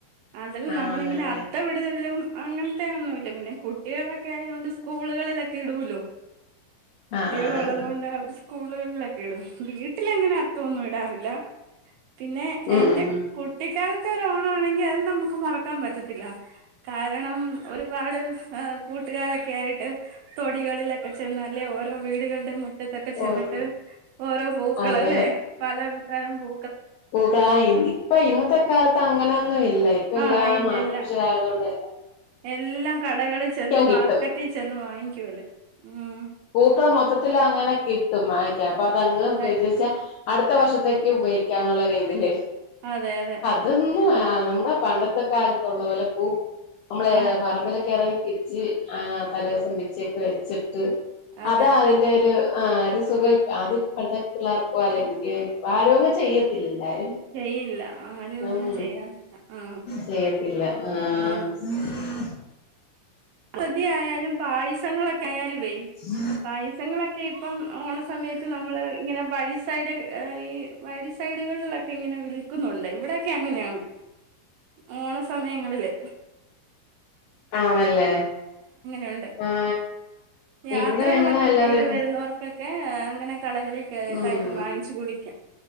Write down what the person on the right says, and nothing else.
അതിൽ
നമ്മളിങ്ങനെ അത്ത വിടലും അങ്ങൻത്തെ ഒന്നുമല്ല പിന്നെ കുട്ടികളൊക്കെ ആയത്ണ്ട് സ്കൂളുകളിലൊക്കെ ഇടുല്ലോ കുട്ടികളുള്ളത്
കൊണ്ട് അവര് സ്കൂളുകളിലൊക്കെ ഇടും വീട്ടിലെങ്ങനെ അത്തംന്നും ഇടാറില്ല പിന്നെ
എന്റെ
കുട്ടിക്കാൽത്തെ ഒരു ഓണം ആണെങ്കി അത് നമുക്ക് മറക്കാൻ പറ്റത്തില്ല കാരണം ഒരുപാട് എഹ് കൂട്ടുകാരൊക്കെ ആയിട്ട് തൊടികളിലൊക്കെ ചെന്ന് ലെ ഓരോ വീടുകളുടെ മു ഇറ്റത്തൊക്കെ ചെന്നിട്ട്
ഓരോ പൂക്കളല്ലേ
പലതരം പൂ
ആ ഇല്ല
ഇല്ല എല്ലാം കടകളിൽ ചെന്ന്
മാർക്കറ്റിൽ ചെന്ന് വാങ്ങിക്കൂല്ലേ ഉം
അതെ
അതെ അതെ
ആ
അതെ
ചെയ്യില്ല ആരും ഒന്നും
ചെയ്യാറില്ല ആ
ആ
ഹൃതിയാലും പായസങ്ങളൊക്കെ ആയാലും വേ
രസങ്ങളൊക്കെ ഇപ്പം ഓണ സമയത്ത് നമ്മള് ഇങ്ങനെ വഴിസയുടെ ഈ വഴി സൈഡുകളിലൊക്കെ ഇങ്ങനെ വിൽക്കുന്നുണ്ട് ഇവിടെക്കെ അങ്ങനെയാണ് ഓണ സമയങ്ങളില്
ഉണ്ട്
യാത്രകളൊക്കെ
ചെയ്ത് വരുന്നവർക്കൊക്കെ അങ്ങനെ കടകളിൽ
കയറി വാങ്ങിച്ച് കുടിക്കാം